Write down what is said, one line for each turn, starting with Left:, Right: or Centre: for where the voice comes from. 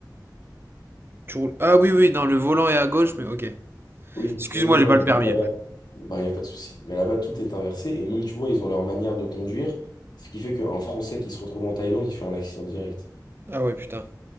Right: Tu roules... Ah oui, oui, non, le volant est à gauche, mais ok.
Left: Oui,
Right: Excuse-moi,
Left: oui, oui, non,
Right: j'ai pas
Left: mais
Right: le
Left: du
Right: permis.
Left: coup, là-bas, bah, il n'y a pas de souci. Mais là-bas, tout est inversé. Et même, tu vois, ils ont leur manière de conduire. Ce qui fait qu'un Français qui se retrouve en Thaïlande, il fait un accident direct.
Right: Ah ouais, putain.